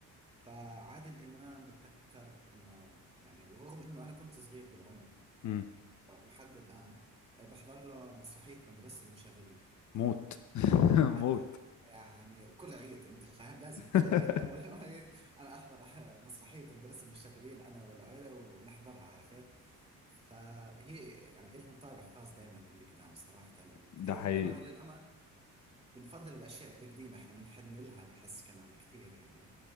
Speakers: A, on the right; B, on the left.
A: فعادل إمام بتذكر إنه يعني رغم إنه أنا كنت صغير بالعمر
B: امم
A: ولحد الآن بحضر له مسرحية مدرسة المشاغبين تمام
B: موت <laughs>
A: بتع
B: موت
A: يعني وكل عيد انت فاهم لازم
B: <laughs>
A: كل عيد او <laughs> يوم عيد انا احضر <laughs> مسرحيه الدرس المشاغبين انا والعيله ونحضرها عرفت فهي يعني لهم طابع خاص دائما اللي قدام صراحه وكثير
B: ده حقيقي
A: انا للامانه بنفضل الأشياء القديمة إحنا بنحن لها بحس كمان كثير يعني